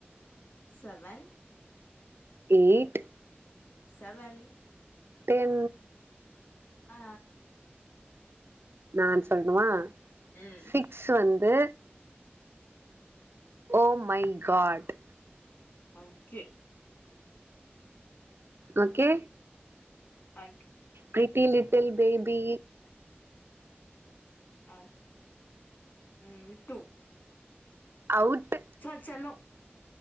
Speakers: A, on the left; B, on the right.
A: seven
B: eight
A: seven
B: ten
A: ஆ
B: நான் சொல்லணுமா
A: ம்
B: சிக்ஸ் வந்து oh my God
A: okay
B: okay
A: அக்
B: பிரீட்டி லிட்டில் பேபி
A: ஆ ம் டூ
B: அவுட்டு
A: சார் செல்லோ